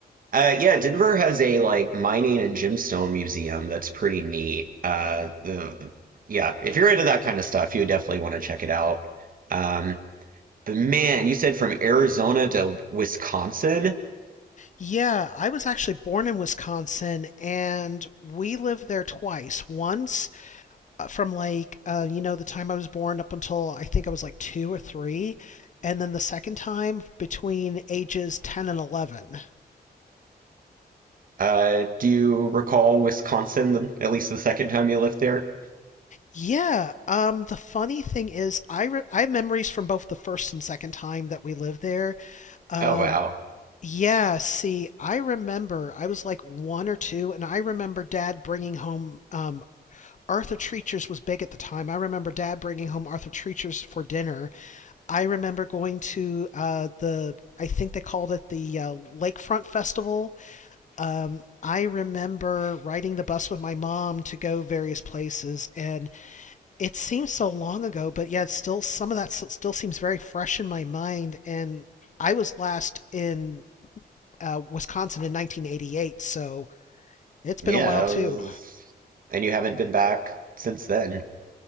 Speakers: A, on the right; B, on the left.
A: Uh, yeah, Denver has a like mining and gemstone museum that's pretty neat. Uh, the yeah, if you're into that kind of stuff, you definitely want to check it out. Um, but man, you said from Arizona to Wisconsin.
B: Yeah, I was actually born in Wisconsin, and we lived there twice. Once uh, from like uh, you know the time I was born up until I think I was like two or three, and then the second time between ages ten and eleven.
A: Uh, do you recall Wisconsin, at least the second time you lived there?
B: Yeah. Um, the funny thing is, I re I have memories from both the first and second time that we lived there. Um,
A: Oh wow.
B: yeah. See, I remember I was like one or two, and I remember Dad bringing home um, Arthur Treacher's was big at the time. I remember Dad bringing home Arthur Treacher's for dinner. I remember going to uh, the I think they called it the uh, Lakefront Festival. Um, I remember riding the bus with my mom to go various places, and it seems so long ago, but yeah, it's still some of that still seems very fresh in my mind. And I was last in uh, Wisconsin in 1988, so it's
A: Yeah,
B: been a while
A: that
B: too.
A: was, and you haven't been back since then.